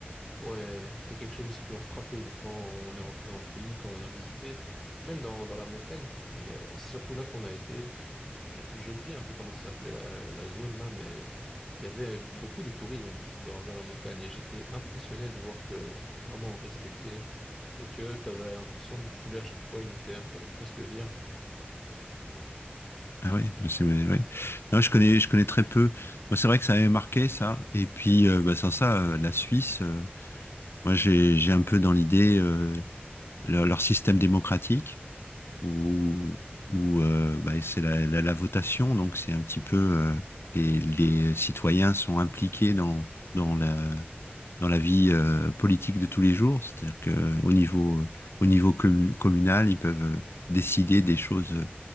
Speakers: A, in the centre; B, on the left.
A: Ouais, c'est quelque chose aussi qui m'a frappé quand on est rentré dans le pays, quand on a visité. Même dans, dans la montagne, il y a- c'est surtout là qu'on a été. Je- J'ai oublié un peu comment ça s'appelait la, la zone là, mais il y avait beaucoup de tourisme dans, dans la montagne et j'étais impressionné de voir que c'était vraiment respecté. et que tu avais l'impression de fouler à chaque fois une terre euh, presque vierge.
B: Ah oui, mais c'est, oui. oui. Non, je connais, je connais très peu. Moi, c'est vrai que ça m'avait marqué, ça. Et puis, euh, bah, sans ça, euh, la Suisse, euh, moi, j'ai, j'ai un peu dans l'idée euh, leur, leur système démocratique. où, où euh, bah, c'est la, la- la votation, donc c'est un petit peu euh, les, les citoyens sont impliqués dans, dans la, dans la vie euh, politique de tous les jours, c'est-à-dire qu'au niveau, au niveau commu- communal, ils peuvent euh, décider des choses